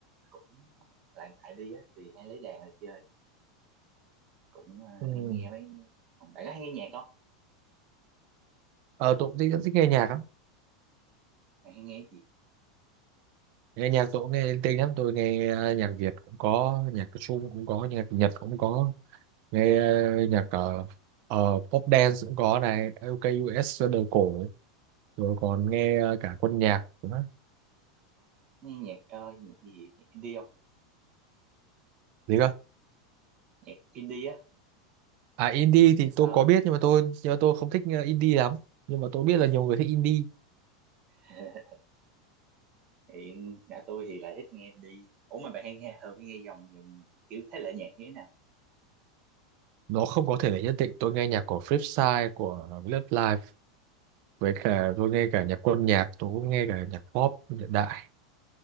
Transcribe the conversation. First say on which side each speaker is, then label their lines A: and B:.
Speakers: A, on the right; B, on the right.
A: cũng lại ngại đi á thì hay lấy đàn ra chơi cũng ờ,
B: Ừ.
A: hay nghe mấy còn bạn có hay nghe nhạc không
B: Ờ, tôi cũng thích, rất thích nghe nhạc lắm
A: Bạn hay nghe cái gì
B: nghe nhạc tôi cũng nghe linh tinh lắm tôi nghe ờ, nhạc Việt cũng có nhạc Trung cũng có nhạc Nhật cũng có nghe ờ,
A: À,
B: nhạc ờ, ờ, pop dance cũng có này LKUS đời cổ rồi còn nghe ờ, cả quân nhạc nữa
A: nghe nhạc ờ, nhạc gì nhạc indie không
B: gì cơ
A: nhạc indie á
B: à indie
A: nhạc
B: thì
A: ờ,
B: tôi có biết nhưng mà tôi nhưng mà tôi không thích ờ, indie lắm nhưng mà tôi biết là nhiều người thích indie
A: ờ. hiện nhà tôi thì lại thích nghe đi ủa mà bạn hay nghe thường hay nghe dòng dùng kiểu thể loại nhạc như thế nào
B: nó không có thể là nhất định tôi nghe nhạc của Flipside của Love Live với cả
A: Ờ,
B: tôi nghe cả nhạc quân nhạc tôi cũng nghe cả nhạc pop hiện đại